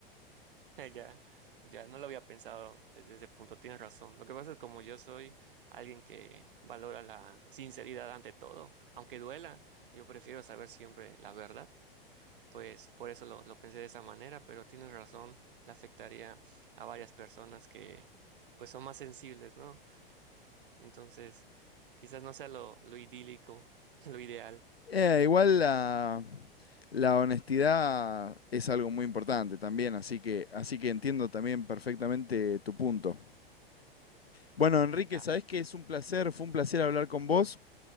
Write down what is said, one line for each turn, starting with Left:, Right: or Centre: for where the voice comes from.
Right: <laughs> ya, ya no lo había pensado desde ese punto, tienes razón. Lo que pasa es como yo soy alguien que valora la sinceridad ante todo, aunque duela, yo prefiero saber siempre la verdad pues por eso lo, lo pensé de esa manera, pero tienes razón, le afectaría a varias personas que pues son más sensibles, ¿no? Entonces, quizás no sea lo, lo idílico, <laughs> lo ideal.
Left: Eh, igual la, la honestidad es algo muy importante también, así que, así que entiendo también perfectamente tu punto. Bueno, Enrique,
Right: Ya.
Left: sabés que es un placer, fue un placer hablar con vos.